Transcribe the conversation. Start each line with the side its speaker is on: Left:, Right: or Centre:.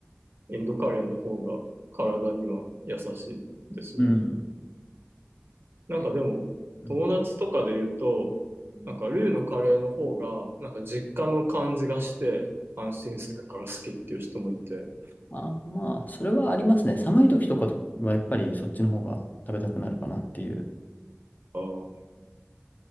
Right: インドカレーの方が体には優しいですよね。
Left: うん。
Right: なんかでも、
Left: えうん
Right: 友達とかで言うと、なんかルーのカレーの方が、なんか実家の感じがして、安心するから好きっていう人もいて、
Left: まあ、まあ、それはありますね。寒い時とかはやっぱりそっちの方が食べたくなるかなっていう。
Right: あー